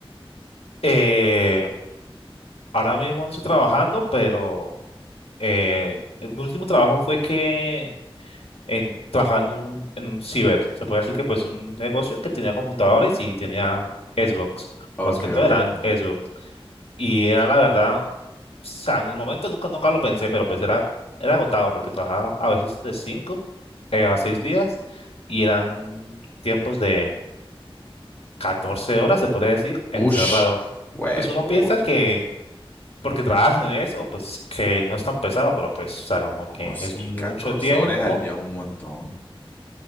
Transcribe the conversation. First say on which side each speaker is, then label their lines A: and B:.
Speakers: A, on the left; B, on the left.
A: Eh, ahora mismo no estoy trabajando, pero eh, mi último trabajo fue que en, trabajaba en un, en un ciber. Se puede decir que pues un negocio que tenía computadores
B: ¿no?
A: y tenía Xbox.
B: Ok,
A: Más que
B: ok.
A: todo eran Xbox. Y era la verdad, o sea, en el momento nunca, nunca lo pensé, pero pues era, era agotado porque trabajaba a veces de 5 a 6 días y eran tiempos de 14 horas, se podría decir, encerrado.
B: Ush, huepucha.
A: Pues uno piensa que porque trabajas en eso, pues que no es tan pesado, pero pues, o sea, como
B: No,
A: que
B: sí,
A: es mucho
B: 14
A: tiempo
B: horas al día es un montón.